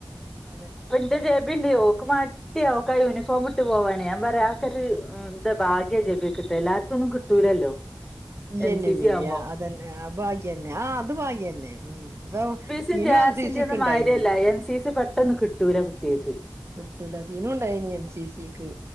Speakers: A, on the right; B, in the centre.
A: അതെ
B: ഇന്റെ ജെബിണ്ട് ഓക്ക് മട്യാ ഓക്ക് ആഹ് യൂണിഫോം ഇട്ട് പോവാന് ഞാം പറയാ ആക്കോരു ന്റെ ഭാഗ്യ ജെപിക്ക്ട്ടല് എല്ലാർക്കൊന്നും കിട്ടൂലല്ലോ?
A: ഇല്ല്യ
B: എൻ
A: ഇല്ല്യ
B: സി സി
A: ഇല്ല്യ ഇല്ല്യ
B: ആവുമ്പോ
A: അതന്നെ ആഹ് ഭാഗ്യന്നെ ആഹ് അത് ഭാഗ്യന്നെ ഉം ഇപ്പൊ
B: ഇന്
A: സിനു
B: ജാർസിന്റെ
A: എൻ സി സിക്ക്
B: ഒന്നും
A: ഉണ്ടായിനി
B: മാര്യല്ല എൻ സി സി പെട്ടൊന്ന് കിട്ടൂല കുട്ട്യാക്ക്
A: കിട്ടൂല സിനു ഇണ്ടായിനി എൻ സി സിക്ക്